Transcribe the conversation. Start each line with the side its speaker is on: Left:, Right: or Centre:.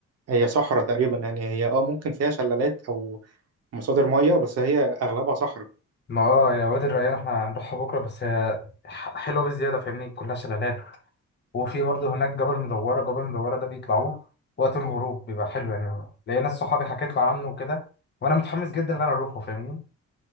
Right: هي صحراء تقريبا يعني هي اه ممكن فيها شلالات او مصادر مياه بس هي اغلبها صحراء
Left: ما اه يا وادي الريان احنا هنروحها بكرة بس هي ح- حلوة بزيادة فاهمني كلها شلالات وفي برضه هناك جبل مدورة جبل مدورة ده بيطلعوه وقت الغروب بيبقى حلو يعني ليا ناس صحابي حكيت له عنه وكده وانا متحمس جدا ان انا اروحه فاهمني